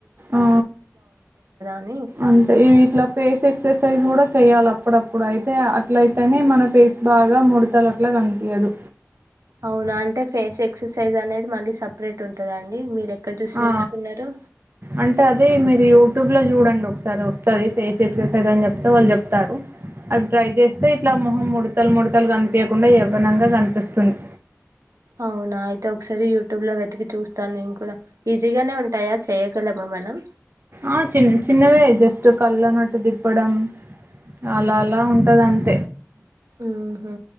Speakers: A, on the right; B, on the right.
A: ఆ
B: అని
A: అంటే ఇట్లా ఫేస్ ఎక్సర్సైజ్ కూడా చెయ్యాల ప్పుడప్పు ఇప్పుడ అయితే ఇట్లయితేనే మన పేస్ బాగా ముూడతల అట్లా కనిపీయదు
B: అవునా అంటే ఫేస్ ఎక్ ఎక్సర్సైజ్ అనేది మళ్ళ సపరేట్ ఉంటుందా అండి మీరు ఎక్కడ చూసి
A: ఆ
B: నేర్చుకున్నారు
A: అంటే అదే మీరు యూ టూబ్లో చూడండి ఒకసా సరె వస్తది ఫేస్ ఎక్సర్ ర్కైస్ దని చెప్తే వాళ్ళు చెప్తారు అవి ట్రై చేస్తే ఇట్లా మొహం ముడతలు ముడతలు కనిపి య్యకుండా యవ్వనంగా కనిపిస్తుంది
B: అవునా అయితే ఒకసారి యూట్యూబ్ లో వెతికి చూస్తాను నేను కూడా ఈజీగానే ఉంటాయా చేయగలమా మనం
A: ఆ చిన్న చిన్నవే జస్ట్ కళ్ళ నటు తిప్పడం అలా అలా ఉంటది అంత
B: ఊహు